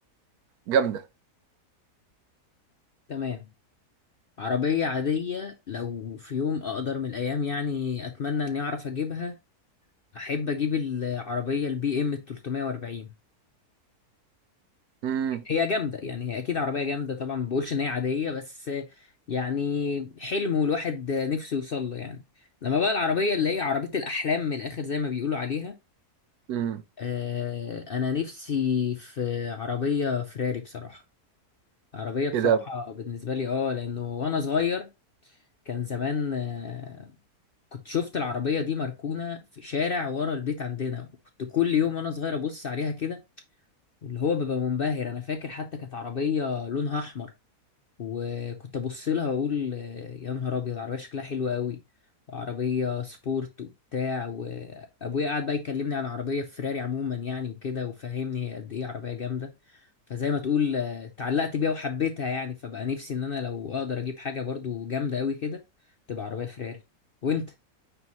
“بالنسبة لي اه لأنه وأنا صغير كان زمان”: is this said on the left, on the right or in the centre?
Left